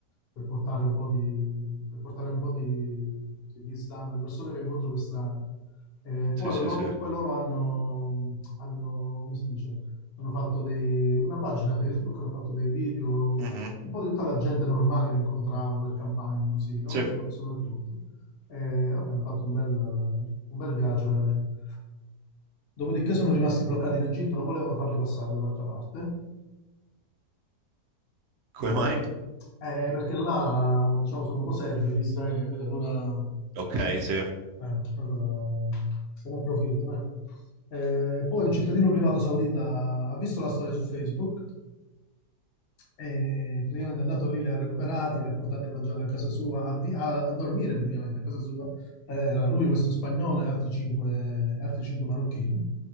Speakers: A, on the left (about 60°); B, on the right (about 75°).
A: per portare un po' di, per portare un po' di, così, di Islam alle persone che incontro per strada. Eh,
B: Sì,
A: poi,
B: sì,
A: lo-
B: sì.
A: poi loro hanno, hanno, come si dice, hanno fatto dei- una pagina Facebook, hanno fatto dei video,
B: Mhm,
A: un po' di tutta la gente normale che incontravano per campagne, così, no?
B: Sì,
A: Sopra- Soprattutto. E vabbè, hanno fatto un bel, un bel viaggio veramente. Dopodiché sono rimasti bloccati in Egitto, non volevano farli passare dall'altra parte.
B: come mai?
A: Eh, perché là, diciamo, sono un po' servi di Israele, capito? Allora,
B: Ok, sì.
A: eh, allora se ne approfittano. eh. Eh, poi un cittadino privato saudita ha visto la storia su Facebook e praticamente è andato lì, li ha recuperati, li ha portati a mangiare a casa sua, a, vi- a- a dormire praticamente a casa sua. Eh, Era lui, questo spagnolo e altri cinque, altri cinque marocchini.